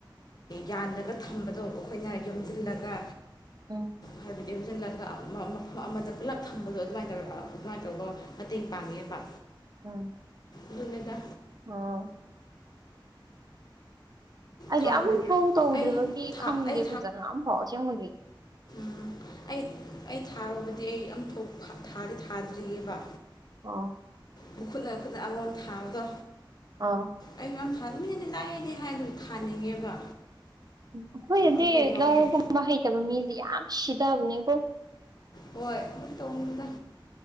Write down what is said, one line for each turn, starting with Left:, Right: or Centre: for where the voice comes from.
Left: ꯌꯥꯜꯂꯒ ꯊꯝꯕꯗꯣ ꯑꯩꯈꯣꯏꯅ ꯌꯣꯝꯁꯤꯜꯂꯒ
Right: ꯎꯝ
Left: ꯍꯥꯏꯕꯗꯤ ꯌꯣꯝꯁꯤꯜꯂꯒ ꯑꯃꯗ ꯄꯨꯂꯞ ꯊꯝꯕꯗꯣ ꯑꯗꯨꯃꯥꯏꯅ ꯇꯧꯔ ꯑꯗꯨꯃꯥꯏꯅ ꯇꯧꯕ ꯃꯇꯦꯡ ꯄꯥꯡꯉꯦꯕ
Right: ꯎꯝ
Left: ꯑꯗꯨꯅꯗ
Right: ꯑꯣ ꯍꯥꯏꯗꯤ
Left: ꯊꯥꯕ
Right: ꯑꯃꯨꯛ ꯀꯧ ꯇꯧꯗ꯭ꯔꯤꯕꯒꯤ
Left: ꯑꯩ ꯊꯥ
Right: ꯈꯪꯗꯦ
Left: ꯑꯩ
Right: ꯐꯖꯅ ꯑꯝꯐꯥꯎ ꯑꯁꯦꯡꯕꯒꯤ
Left: ꯎ ꯑꯩ ꯑꯩ ꯊꯥꯔꯕꯗꯤ ꯑꯩ ꯑꯝ ꯊꯥꯗꯤ ꯊꯥꯗ꯭ꯔꯤꯑꯕ
Right: ꯑꯣ
Left: ꯃꯈꯨꯨꯠꯅ ꯈꯨꯠꯅ ꯑꯃꯃꯝ ꯊꯥꯕꯗꯣ
Right: ꯑꯥ
Left: ꯑꯩꯁꯨ ꯌꯥꯝ ꯊꯥꯅꯤꯡꯉꯗꯤ ꯂꯥꯛꯑꯦꯗꯤ ꯍꯥꯏꯗꯨꯁꯨ ꯊꯥꯅꯤꯡꯉꯦꯕ
Right: ꯑꯩꯈꯣꯏ ꯑꯗꯨꯗꯤ
Left: ꯑꯝꯐꯥꯎ ꯌꯥꯎꯗ꯭ꯔꯤ
Right: ꯂꯧꯒꯨꯝꯕ ꯍꯩꯇꯕ ꯃꯤꯁꯦ ꯌꯥꯝ ꯁꯤꯊꯕꯅꯦꯀꯣ
Left: ꯍꯣꯏ ꯑꯃꯨ ꯇꯧꯗ